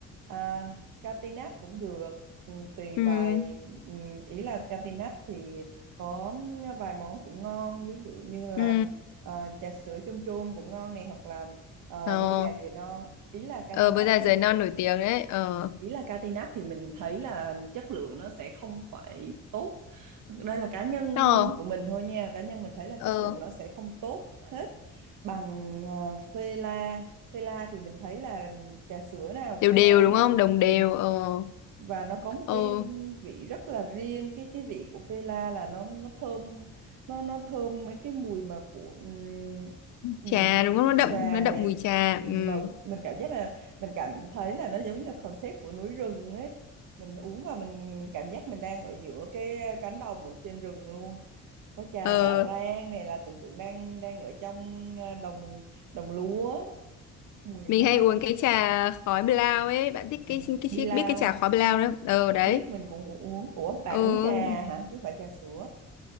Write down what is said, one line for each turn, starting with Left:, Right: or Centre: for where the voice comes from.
Right: à, Catinat cũng được ừ, tùy
Left: ừ
Right: vài ừ, ý là Catinat thì có vài món cũng ngon ví dụ như là
Left: ừ
Right: à, trà sữa chôm chôm cũng ngon này hoặc là à,
Left: ờ
Right: bơ già dừa non ý là Catinat
Left: ờ bữa giờ
Right: thì
Left: giới non nổi tiếng đấy ờ
Right: ý là Catinat thì mình thấy là chất lượng nó sẽ không phải tốt đây là cá nhân
Left: ờ
Right: của mình thôi nha cá nhân mình thấy là
Left: ờ
Right: chất lượng nó sẽ không tốt hết bằng uh, phê la phê la thì mình thấy là trà sữa nào
Left: đều
Right: cũng
Left: đều
Right: ngon
Left: đúng
Right: hết
Left: không đồng
Right: ừ
Left: đều ờ
Right: và nó có một
Left: ờ
Right: cái vị rất là riêng cái cái vị của phê la là nó nó thơm nó nó thơm mấy cái mùi mà của ừm, ừm,
Left: trà đúng không nó đậm
Right: trà
Left: nó
Right: này
Left: đậm mùi trà
Right: Ừm,
Left: ừ
Right: mà mình cảm giác là mình cảm thấy là nó giống như là concept của núi rừng ấy mình uống và mình, mình cảm giác mình đang ở giữa cái ờ, cánh đồng ở trên rừng luôn có trà
Left: ờ
Right: gạo rang này là tưởng tượng đang đang ở trong ờ, đồng đồng lúa mùi
Left: mình
Right: khá
Left: hay
Right: thơm
Left: uống cái trà khói blau ấy bạn thích
Right: à,
Left: cái cái,
Right: đi
Left: cái
Right: lao
Left: biết cái trà khói blau đó ờ
Right: biết
Left: đấy
Right: biết mình cũng uống ủa bạn
Left: Ừ,
Right: uống trà hả chứ không phải trà sữa